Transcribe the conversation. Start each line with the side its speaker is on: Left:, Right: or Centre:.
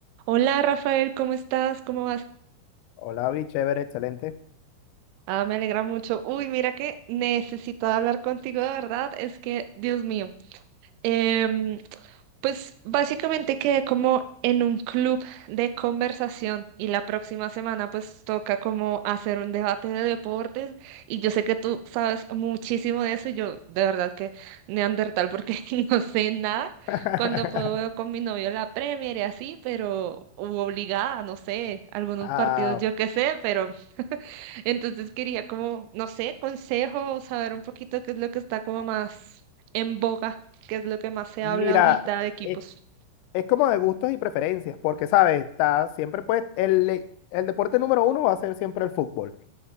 Right: Hola Rafael, ¿cómo estás? ¿Cómo vas?
Left: Hola, vi, chévere, excelente.
Right: Ah, me alegra mucho. Uy, mira que necesito hablar contigo, de verdad. Es que, Dios mío. Em, pues básicamente quedé como en un club de conversación y la próxima semana pues toca como hacer un debate de deportes y yo sé que tú sabes muchísimo de eso y yo de verdad que neandertal porque <laughs> no sé nada
Left: <laughs>
Right: cuando puedo veo con mi novio la Premier y así, pero u obligada, no sé, algunos
Left: Ah,
Right: partidos yo qué sé, pero <laughs> entonces quería como, no sé, consejo, saber un poquito qué es lo que está como más en boga que es lo que más se
Left: mira,
Right: habla ahorita de equipos.
Left: es, es como de gustos y preferencias, porque, ¿sabes? Está siempre, pues, el, el deporte número uno va a ser siempre el fútbol.